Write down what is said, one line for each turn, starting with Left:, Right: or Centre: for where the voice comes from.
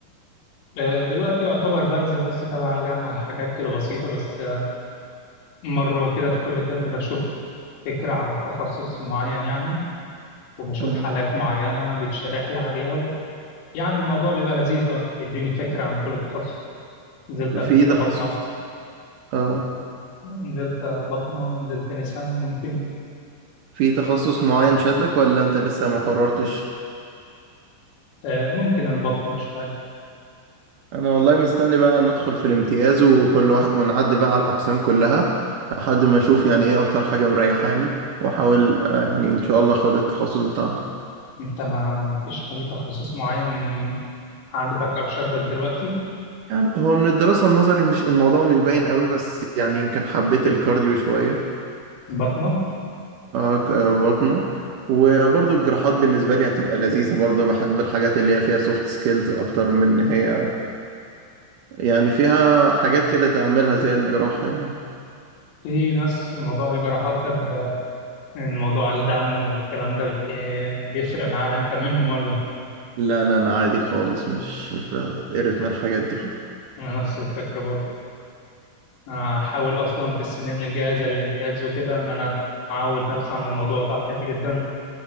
Left: آه، دلوقتي يعتبر بنزل بس تبع الجامعة حاجات كده بسيطة بس آه، مرة كده في كل ترم بشوف فكرة عن التخصص معين يعني وبشوف
Right: اه
Left: حالات معينة بيتشرح لي عليها و... يعني الموضوع بيبقى لذيذ اه بيديني فكرة عن كل تخصص نزلت قبل
Right: في
Left: كده
Right: تخصص
Left: بطنة
Right: اه
Left: نزلت بطنة نزلت نساء ممكن
Right: في تخصص معين شدك ولا انت لسه ما قررتش
Left: آه، ممكن البطنة شوية
Right: انا والله مستني بقى ندخل في الامتياز وكل واحد ونعدي بقى على الاقسام كلها لحد ما اشوف يعني ايه اكتر حاجه مريحاني واحاول آه، يعني ان شاء الله اخد التخصص بتاعها
Left: انت ما ما فيش أي تخصص معين عاجبك أو شدك دلوقتي
Right: يعني هو من الدراسه النظري مش الموضوع مش باين قوي بس يعني يمكن حبيت الكارديو شويه
Left: بطنة
Right: آه، ك- آه، بطنه وبرضه الجراحات بالنسبه لي هتبقى لذيذه برضه بحب الحاجات اللي هي فيها سوفت سكيلز اكتر من ان هي يعني فيها حاجات كده تعملها زي الجراحه يعني
Left: في ناس في موضوع الجراحات ده الموضوع الدم والكلام ده بي- بيفرق معاها انت منهم ولا
Right: لا لا انا عادي خالص مش مش بتقرف من الحاجات دي
Left: انا نفس الفكره برضه انا هحاول اصلا في السنين الجايه زي الامتياز وكده ان انا اعود نفسي عن الموضوع ده عادي جدا